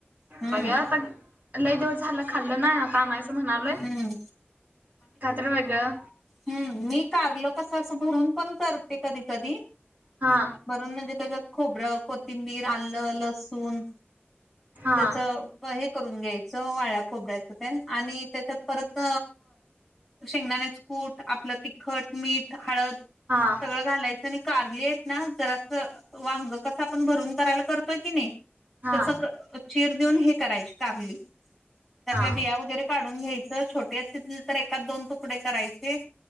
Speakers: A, in the centre; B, on the right (about 40°).
A: हम्म.
B: बघा आता लय दिवस झालं खाल्लं नाय आता आणायचं म्हणालोय
A: हम्म
B: काय तरी वेगळं.
A: हम् मी कारल कस अस भरून पण करते कधी कधी
B: हा
A: भरून म्हणजे त्याच्यात खोबरं कोथिंबीर आलं लसूण
B: हा
A: त्याच ब हे करून घ्यायचं वाळ्या खोबऱ्याच तेन आणि त्याच्या परत शेंगदानेच कूट आपलं तिखट मीठ हळद
B: हा.
A: सगळं घालायचं आणि कारली आहेत ना जरास वांग कसं आपण भरून करायला करतोय की नाही
B: हा
A: तस चीर देऊन हे करायची कारली त्यातल्या
B: हा
A: बिया वगैरे काढून घ्यायचं छोटे असतील तर एका दोन तुकडे करायचे.